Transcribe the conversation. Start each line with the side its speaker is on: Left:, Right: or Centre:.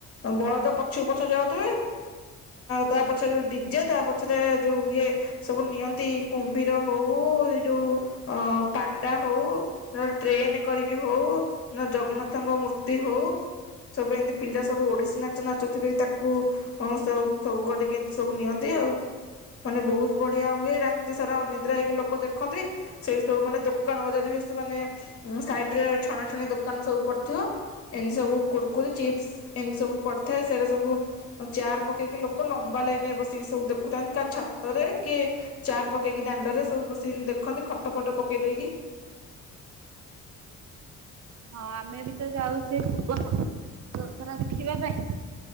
Left: ବଳଦ ପଛକୁ ପଛ ଯାଉଥିବେ। ତା ପଛରେ ଯୋଉଁ ଡିଜେ ତା ପଛରେ ଯଉ ଇଏ ସବୁ ନିଅନ୍ତି କୁମ୍ଭୀର ହଉ ଏ ଯୋଉ ଅ ପାଣ୍ଡା ହଉ ନ ଟ୍ରେନ କରିକି ହଉ। ଜଗନ୍ନାଥଙ୍କ ମୂର୍ତ୍ତି ହଉ ସବୁ ଏମତି ପିଲା ସବୁ ଓଡିଶୀ ନା ନାଚଥିବେ ତାକୁ କୁ ସବୁ ସବୁ କରିକି ଏମିତି ସବୁ ନିଅନ୍ତି ଆଉ ମାନେ ବହୁତ ବଢିଆ ହୁଏ ରାତି ସାରା ଅନିଦ୍ରା ହେଇକି ଲୋକ ଦେଖନ୍ତି। ସେଇଠି ସବୁ ମାନେ ଦୋକାନ ବଜାର ବି ସବୁ ମାନେ ସାଇଟ ରେ ଛଣାଛଣି ଦୋକାନ ସବୁ ପଡ଼ିଥିବ ଏମିତି ସବୁ କୁୁରକୁରି ଚିପ୍ସ ଏମିତି ସବୁ ପଡିଥାଏ ସେଇଟା ସବୁ ଚାର ପକେଇକି ଲୋକ ଲାଇନ ରେ ବସିକି ସବୁ ଦେଖୁଥାନ୍ତି କ ଛାତରେ କି ଚାର ପକେଇକି ଦାଣ୍ଡରେ ସବୁ ବ ଦେଖନ୍ତି ଖଟ ଫଟ ପକେଇ ଦେଇକି
Right: ହଁ ଆମେ ବି ତ ଯାଉ ସେ ପୂବ ଦଶହରା ଦେଖିବା ପାଇଁ